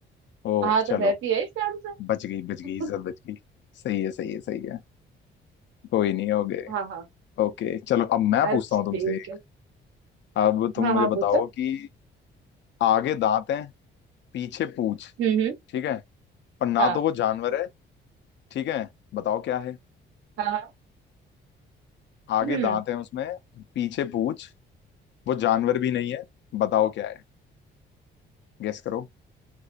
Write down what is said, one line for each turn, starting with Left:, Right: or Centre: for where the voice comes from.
Left: ओह
Right: हाँ
Left: चलो
Right: तो रहती है इसका आंसर
Left: बच गई बच गई
Right: <laughs>
Left: इज्जत बच गई सही है सही है सही है कोई नहीं हो गए
Right: हाँ हाँ
Left: ओके चलो अब मैं पूछता
Right: अच्छा
Left: हूँ
Right: ठीक
Left: तुमसे एक
Right: है
Left: अब तुम
Right: हाँ
Left: मुझे
Right: हाँ पूछो
Left: बताओ कि आगे दांत हैं पीछे पूंछ
Right: हम्म हम्म
Left: ठीक है पर ना
Right: हाँ
Left: तो वो जानवर है ठीक है बताओ क्या है
Right: हाँ हाँ।
Left: आगे
Right: हम्म
Left: दांत हैं उसमें पीछे पूंछ वो जानवर भी नहीं है बताओ क्या है गेस करो